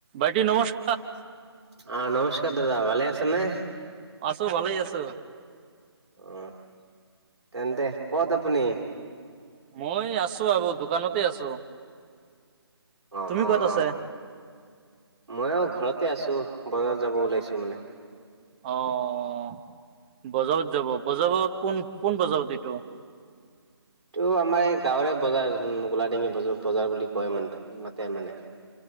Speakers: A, on the right (about 20°); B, on the right (about 75°).
A: ভাইটি নমস্কাৰ।
B: অ', নমস্কাৰ দাদা ভালে আছ নে?
A: আছো, ভালেই আছোঁ।
B: অ' তেন্তে ক'ত আপুনি
A: মই আছো আৰু দোকানতে আছো।
B: অ,
A: তুমি
B: অ'।
A: ক'ত আছে?
B: মই এই ঘৰত। তাতে আছো। বজাৰত যাব ওলাইছো মানে।
A: অ'। বজাৰত যাব, বজাৰত কোন, কোন বজাৰত এইটো?
B: তো আমাৰ এই গাঁৱৰে বজাৰ এখন গোলাডিঙি বজাৰ, বজাৰ বুলি কয় মানুহে মাতে মানে আৰু।